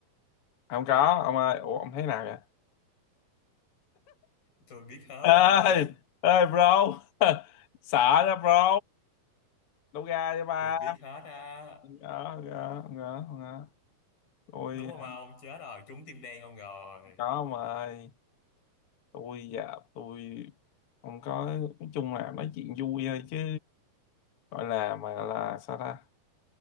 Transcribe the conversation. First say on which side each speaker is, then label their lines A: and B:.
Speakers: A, on the left; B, on the left.
A: không có ông ơi ủa ông thấy nào vậy
B: Tôi biết hết
A: ê
B: ông ơi,
A: ê bro <laughs> sợ đó bro đâu ra cho ba
B: tôi biết hết á.
A: Gỡ, gỡ, gỡ, gỡ. Tôi
B: đúng không
A: ờ,
B: ông chết rồi trúng tim đen ông rồi
A: có mà ơi. Tôi dạ, tôi không có, nói chung là nói chuyện vui thôi chứ gọi là mà là sao ta?